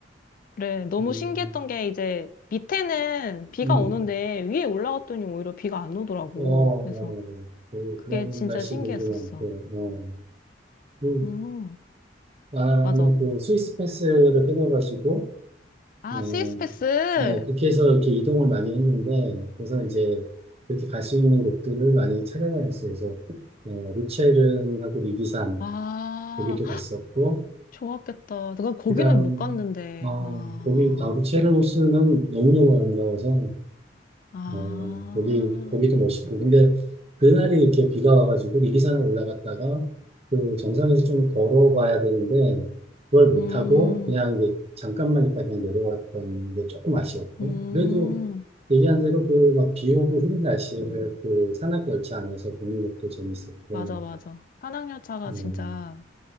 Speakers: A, on the left; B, on the right.
A: 그래, 너무
B: 음,
A: 신기했던 게 이제 밑에는 비가
B: 음,
A: 오는데 위에 올라갔더니 오히려 비가 안 오더라고.
B: 어,
A: 그래서
B: 맞아, 맞아. 그,
A: 그게
B: 그런
A: 진짜
B: 날씨들도
A: 신기했었어.
B: 많고, 어. 그,
A: 음,
B: 나는
A: 맞아.
B: 그 스위스 패스를 끊어가지고,
A: 아,
B: 어,
A: 스위스 패스!
B: 어, 그렇게 해서 이렇게 이동을 많이 했는데, 그래서 이제 그렇게 갈 수 있는 곳들을 많이 찾아다녔어요. 그래서, 어, 루체른하고 리비산,
A: 아,
B: 거기도 갔었고,
A: 좋았겠다. 내가 거기는
B: 그 다음,
A: 못 갔는데.
B: 어,
A: 아,
B: 거기, 아, 루체른 호수는 너무너무 아름다워서,
A: 아,
B: 어, 거기, 거기도 멋있고. 근데 그날이 이렇게 비가 와가지고 미리산을 올라갔다가 그 정상에서 좀 걸어봐야 되는데 그걸 못하고
A: 음,
B: 그냥 이제 잠깐만 있다 그냥 내려왔던 게 조금 아쉬웠고.
A: 음,
B: 그래도 얘기한 대로 그 막 비 오고 흐린 날씨를 그 산악열차 안에서 보는 것도 재밌었고.
A: 맞아, 맞아. 산악열차가
B: 음,
A: 진짜